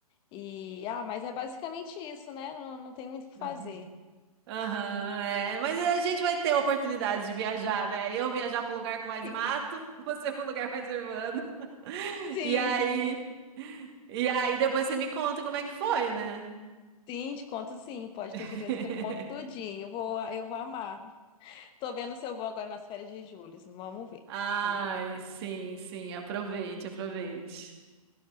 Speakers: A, on the left (about 25°); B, on the right (about 45°).
A: E, ah, mas é basicamente isso, né? Não, não tem muito o que fazer.
B: uhum. Aham, é, mas a gente vai ter oportunidade de viajar, né? Eu viajar para um lugar com mais
A: Sim,
B: mato, <laughs> você para um lugar mais urbano. <laughs>
A: sim,
B: E aí,
A: sim. Sim,
B: e aí depois você me conta como é que foi, né?
A: Sim, te conto sim. Pode
B: <laughs>
A: ter certeza que eu conto tudinho. Eu vou, eu vou amar. Tô vendo se eu vou agora nas férias de julho. Vamos ver
B: Ai,
A: como que vai.
B: sim, sim, aproveite, aproveite.